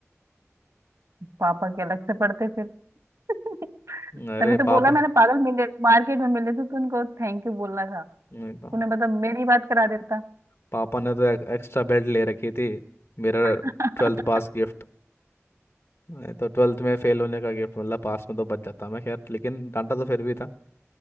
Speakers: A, on the right; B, on the left.
A: पापा के अलग से पड़ते फिर <laughs>
B: अरे
A: तभी तो
B: पापा
A: बोला मैंने पागल मिले मार्केट में मिले थे तो उनको थैंक यू बोलना था
B: नहीं
A: तूने
B: तो
A: मतलब मेरी बात करा देता
B: पापा ने तो एक, एक्स्ट्रा बेड ले रखी थी मेरा
A: <laughs>
B: ट्वेल्थ पास गिफ्ट नहीं तो ट्वेल्थ में फेल होने का गिफ्ट मतलब पास में तो बच जाता मैं खैर लेकिन डांटा तो फिर भी था